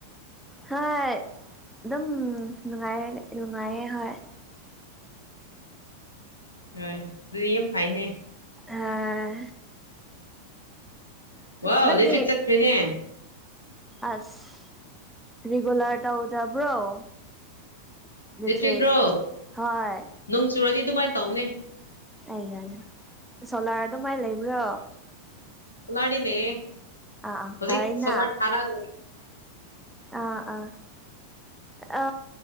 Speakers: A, in the centre; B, on the left.
A: ꯍꯣꯏ ꯑꯗꯨꯝ ꯅꯨꯡꯉꯥꯏꯔ ꯅꯨꯡꯉꯥꯏꯌꯦ ꯍꯣꯏ
B: ꯍꯣꯏ ꯑꯗꯨꯗꯤ ꯌꯥꯝ ꯐꯥꯏꯅꯦ
A: ꯑꯥ
B: ꯋꯥ
A: ꯅꯪꯗꯤ
B: ꯂꯦꯇ꯭ꯔꯤꯛ ꯆꯠꯈ꯭ꯔꯔꯤꯅꯦ
A: ꯑꯁ ꯔꯔꯤꯒꯂꯔ ꯇꯧꯗꯕ꯭ꯔꯣ ꯏꯂꯦꯛꯇ꯭ꯔꯤꯛ
B: ꯂꯤꯇ꯭ꯔꯤꯒ꯭ꯔꯣ
A: ꯍꯣꯏ
B: ꯅꯣꯡ ꯆꯨꯔꯗꯤ ꯑꯗꯨꯃꯥꯏꯅ ꯇꯧꯕꯅꯦ
A: ꯑ ꯌꯥꯏ ꯁꯣꯂꯥꯔ ꯑꯗꯨꯃꯥꯏ ꯂꯩꯕ꯭ꯔꯣ
B: ꯁꯣꯂꯥꯅꯦ
A: ꯑꯥ ꯑꯥ
B: ꯍꯧꯖꯤꯛ
A: ꯐꯔꯦꯅ
B: ꯁꯣꯂꯥ ꯊꯔꯒ
A: ꯑ ꯑꯥ ꯑ